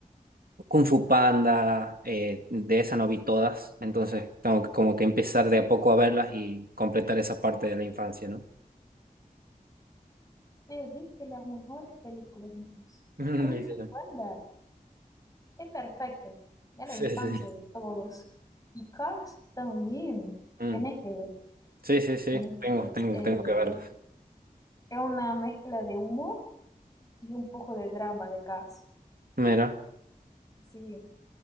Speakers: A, on the right; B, on the left.
A: Kung Fu Panda, eh, de esa no vi todas, entonces tengo que como que empezar de a poco a verlas y completar esa parte de la infancia, ¿no?
B: perdiste las mejores películas entonces.
A: <laughs> Mm,
B: Kung
A: Literal.
B: Fu Panda es perfecto. Es
A: Sí,
B: la infancia
A: sí, sí.
B: de todos. Y Cars también.
A: Mm.
B: Tenés que ver.
A: Sí, sí, sí,
B: tenés que
A: tengo,
B: ver.
A: tengo,
B: Es, eh,
A: tengo que verlas.
B: es una mezcla de humor y un poco de drama de Cars.
A: Mira,
B: Sí.